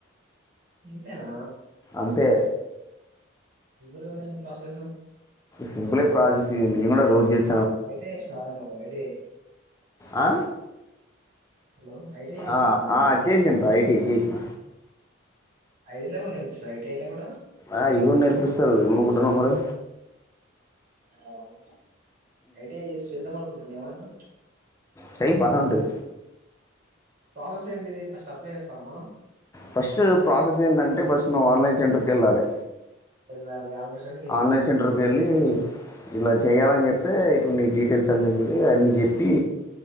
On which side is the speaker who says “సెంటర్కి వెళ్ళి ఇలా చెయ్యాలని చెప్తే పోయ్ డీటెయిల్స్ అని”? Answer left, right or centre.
Left